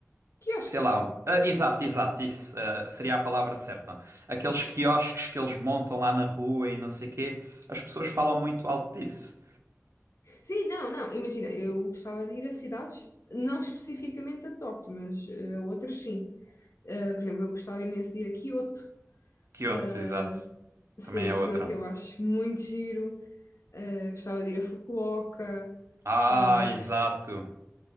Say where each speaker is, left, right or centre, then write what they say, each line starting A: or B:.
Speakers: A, on the left; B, on the right.
A: Quiosques.
B: Sei lá. ah, exato, exato, isso ah, seria a palavra certa. Aqueles quiosques que eles montam lá na rua e não sei quê. As pessoas falam muito alto disso.
A: Sim, não, não. Imagina, eu gostava de ir a cidades, não especificamente a Tóquio, mas eh, a outras sim. Eh, por exemplo, eu gostava imenso de ir a Kyoto.
B: Kyoto,
A: eh,
B: exato.
A: Sim,
B: Também é outra.
A: Kyoto eu acho muito giro. Uh, gostava de ir a Fukuoka.
B: Ah,
A: Uh,
B: exato.